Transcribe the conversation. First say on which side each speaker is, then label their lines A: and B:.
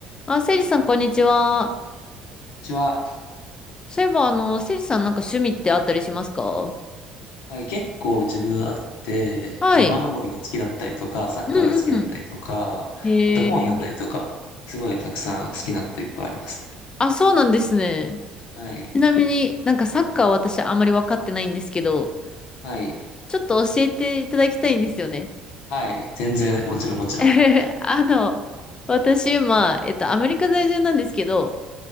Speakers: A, on the left; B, on the left.
A: あ、せいじさん、こんにちは。
B: うちは、
A: そういえば、あの、せいじさん、なんか趣味ってあったりしますか
B: はい結構自分あって、
A: はい。
B: 山登りが好きだったりとか、サッカーが好きだったりとか、
A: うんうん。へえ。
B: あと本読んだりとか、すごいたくさん好きなこといっぱいありますね。
A: あ、そうなんですね。
B: はい。
A: ちなみになんかサッカーは私あんまり分かってないんですけど、
B: はい。
A: ちょっと教えていただきたいんですよね。
B: はい。全然、もちろんもちろん。
A: <laughs> あの、私今、えっと、アメリカ在住なんですけど、